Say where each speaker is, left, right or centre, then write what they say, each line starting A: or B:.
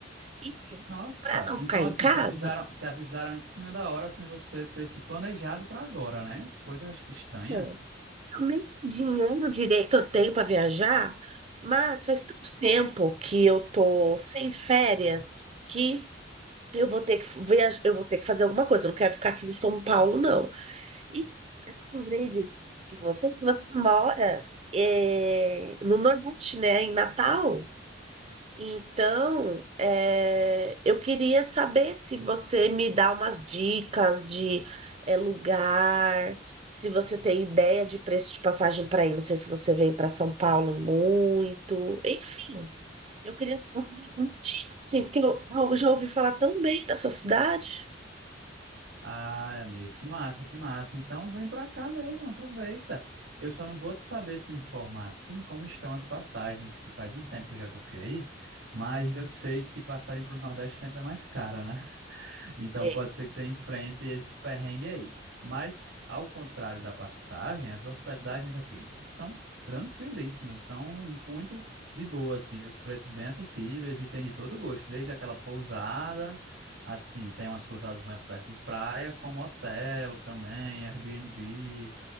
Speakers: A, on the right (about 35°); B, on the right (about 85°).
A: E
B: Nossa,
A: para não
B: então
A: ficar
B: assim,
A: em casa,
B: te avisaram, te avisaram em cima da hora sem você ter se planejado pra agora, né? Coisa estranha.
A: é, eu nem dinheiro direito eu tenho para viajar, mas faz tanto tempo que eu tô sem férias que. Eu vou ter que viajar, eu vou ter que fazer alguma coisa. Eu não quero ficar aqui em São Paulo, não. E eu lembrei de de você que você mora eh, no Nordeste, né? Em Natal. Então, eh, eu queria saber se você me dá umas dicas de eh, lugar, se você tem ideia de preço de passagem para ir. Não sei se você vem para São Paulo muito. Enfim, eu queria saber, assim, porque eu eu já ouvi falar tão bem da sua cidade.
B: Ai, amiga, que massa, que massa. Então vem pra cá mesmo, aproveita. Eu só não vou te saber te informar assim como estão as passagens, que faz um tempo já que eu fui aí, mas eu sei que passagem pro Nordeste sempre é mais cara, né? Então
A: É,
B: pode ser que você enfrente esse perrengue aí. Mas, ao contrário da passagem, as hospedagens aqui são tranquilíssimas, são muito de boa, assim, os preços bem acessíveis e tem de todo gosto, desde aquela pousada, assim, tem umas pousadas mais perto de praia, como hotel também, Airbnb.